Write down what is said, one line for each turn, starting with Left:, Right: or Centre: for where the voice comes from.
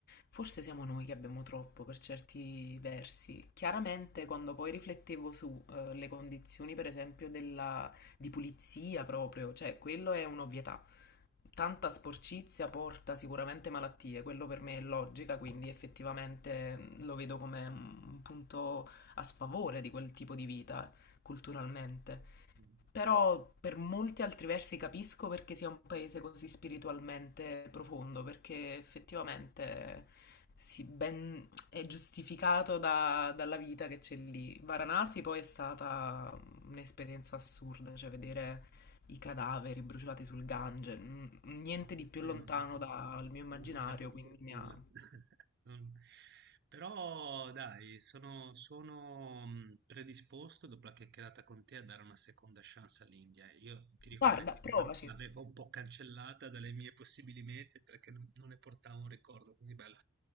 Left: forse siamo noi che abbiamo troppo per certi versi. Chiaramente quando poi riflettevo su eh, le condizioni per esempio della, di pulizia proprio, cioè quello è un'ovvietà. Tanta sporcizia porta sicuramente malattie, quello per me è logica, quindi effettivamente mh, lo vedo come un punto a sfavore di quel tipo di vita culturalmente.
Right: Mh.
Left: Però per molti altri versi capisco perché sia un paese così spiritualmente profondo, perché effettivamente si ben- è giustificato da- dalla vita che c'è lì. Varanasi poi è stata un'esperienza assurda, cioè vedere i cadaveri bruciati sul Gange, n- niente
Right: No,
Left: di
Right: questa
Left: più lontano
Right: mi manca.
Left: dal mio immaginario,
Right: Mi manca per
Left: quindi
Right: fortuna.
Left: mi ha...
Right: <laughs> Non- Però dai, sono, sono mh, predisposto dopo la chiacchierata con te a dare una seconda chance all'India. Io ti dico
Left: Guarda,
Right: la verità,
Left: provaci!
Right: l'avevo un po' cancellata dalle mie possibili mete perché non, non ne portavo un ricordo così bello.